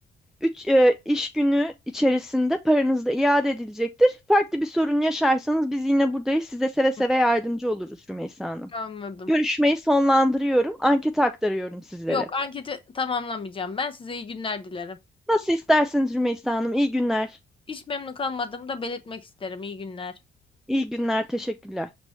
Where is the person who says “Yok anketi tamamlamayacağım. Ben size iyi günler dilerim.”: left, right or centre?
Left